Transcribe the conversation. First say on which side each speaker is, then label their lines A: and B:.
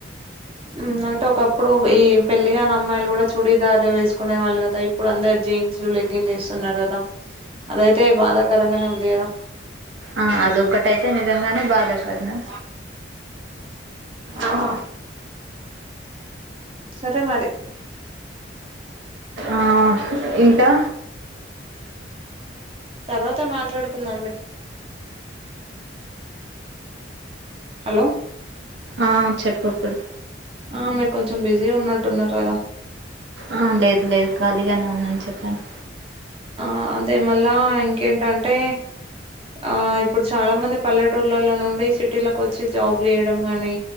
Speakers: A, on the right; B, on the right.
A: ఊ అంటే ఒకప్పుడు ఈ పెళ్లి గాని అమ్మాయిలు కూడా చుడీదార్ వేసుకునే వాళ్ళు గదా ఇప్పుడు అందరు జీన్ సు లెగ్గిన్ లు వేస్తున్నారు గదా అదయితే బాధాకరంగానే ఉంది గదా
B: ఆ అదొక్కటైతే నిజంగానే బాధ కరణం అహా
A: ఆ సరే మరి
B: ఆ ఇంకా
A: తర్వాత మాట్లాడుకుందాం లే హలో
B: ఆ చెప్పు ఇప్పుడు
A: ఆ మేం కొంచెం బిజీ ఉన్నట్టున్నారు గదా
B: ఆ లేదు లేదు ఖాళీగానే ఉన్నాను చెప్పండి
A: ఆ అదే మళ్ళా ఇంకేంటంటే ఆ ఇప్పుడు చాలా మంది పల్లెటూర్లలో నుండి సిటీలోకొచ్చి జాబ్ చేయడం గాని